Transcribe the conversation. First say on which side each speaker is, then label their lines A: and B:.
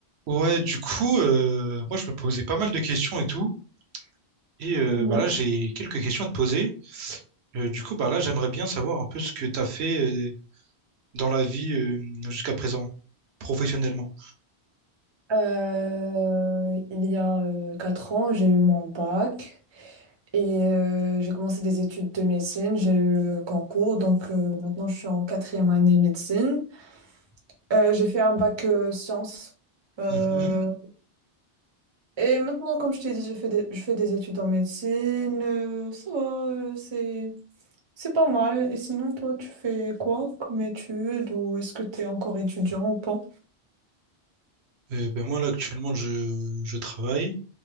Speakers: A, on the right (about 75°); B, on the right (about 30°).
A: Ouais, du coup, euh, moi je me posais pas mal de questions et tout. Et euh,
B: Oui.
A: bah là, j'ai quelques questions à te poser. Euh, du coup, bah là, j'aimerais bien savoir un peu ce que t'as fait euh, dans la vie euh, jusqu'à présent, professionnellement.
B: Euh, il y a euh, quatre ans, j'ai eu mon bac et euh, j'ai commencé des études de médecine. J'ai eu le concours, donc euh, maintenant je suis en quatrième année médecine. Euh, j'ai fait un bac euh, sciences. Euh,
A: Mhm.
B: et maintenant, comme je t'ai dit, je fais des, je fais des études en médecine. Euh, ça va, euh, c'est, c'est pas mal. Et sinon, toi, tu fais quoi comme études ou est-ce que tu es encore étudiant ou pas?
A: Euh, ben moi là, actuellement, je, je travaille,